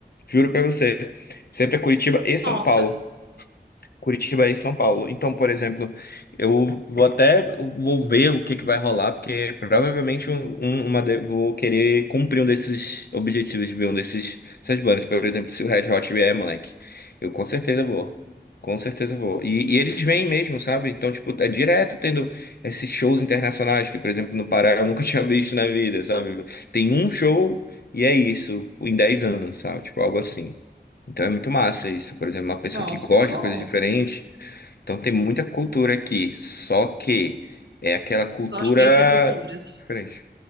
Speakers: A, on the left; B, on the right.
A: juro pra você, sempre é Curitiba e São
B: Nossa,
A: Paulo. Curitiba e São Paulo. Então, por exemplo, eu vou até vou ver o que que vai rolar, porque provavelmente um, um- uma de- vou querer cumprir um desses objetivos de ver um desses essas bandas. Por exemplo, se o Red Hot vier, moleque, eu com certeza vou. Com certeza vou. E, e eles vêm mesmo, sabe? Então, tipo, é direto tendo esses shows internacionais que, por exemplo, no Pará eu nunca <laughs> tinha visto na vida, sabe? Tem um show e é isso, em 10 anos, sabe? Tipo, algo assim. Então é muito massa isso. Por exemplo, uma pessoa
B: nossa,
A: que gosta
B: é bom.
A: de coisas diferentes. Então tem muita cultura aqui. Só que é aquela cultura
B: Gosto de conhecer culturas.
A: diferente.